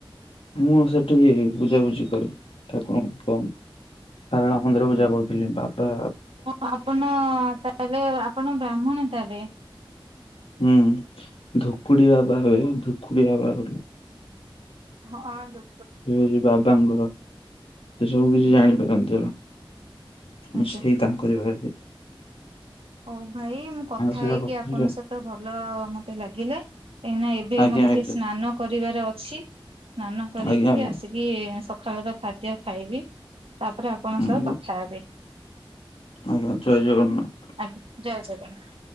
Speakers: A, on the left; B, on the right.
A: ମୁଁ ସେଠି ବୁଝାବୁଝି କରେ ଠାକୁରଙ୍କୁ ଧାରଣ ମନ୍ଦିର ପୂଜା କରୁଥିଲେ ବାପା।
B: ଆପଣ ତାହେଲେ ଆପଣ ବ୍ରାହ୍ମଣ ତାହେଲେ?
A: ହୁଁ ଧୁକୁଡ଼ି ବାବା ହୁଏ ଧୁକୁଡ଼ି ବାବା
B: ହଁ ଧୂ
A: ସେ ବାବାଙ୍କର ସେ ସବୁ କିଛି ଜାଣିପାରନ୍ତି ହେଲା।
B: ଆଜ୍ଞା।
A: ସେୟ ତାଙ୍କ ଜାଗାରେ।
B: ହଉ ଭାଇ ମୁଁ କଥା
A: ସେବା
B: ହେଇକି
A: କରୁଥିଲି
B: ଆପଣଙ୍କ ସହିତ ଭଲ ମତେ ଲାଗିଲେ। କାହିଁକିନା ଏବେ
A: ଆଜ୍ଞା
B: ମତେ
A: ଆଜ୍ଞା
B: ଟିକେ ସ୍ନାନ କରିବାର ଅଛି ସ୍ନାନ କରିକି
A: ଆଜ୍ଞା ଆଜ୍ଞା
B: ଆସ କି ସକାଳ ତ ଖାଦ୍ୟ ଖାଇବି ତାପରେ ଆପଣଙ୍କ
A: ଆଜ୍ଞା
B: ସହ କଥା ହେବି।
A: ଆଜ୍ଞା ଜୟ ଜଗନ୍ନାଥ।
B: ଆଜ୍ଞା ଜୟ ଜଗନ୍ନାଥ।